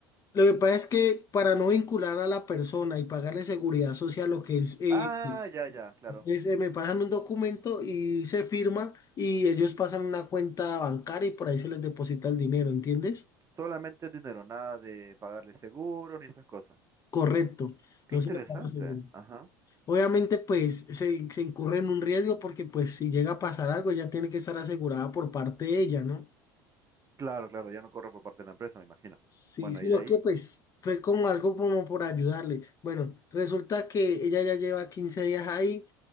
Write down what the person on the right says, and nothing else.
Ah, ya, ya, claro.
Solamente el dinero, nada de pagarle seguro ni esas cosas.
Qué
interesante.
Ajá.
Claro, claro, ya no corre por parte de la empresa, me imagino.
Bueno,
¿y de
ahí?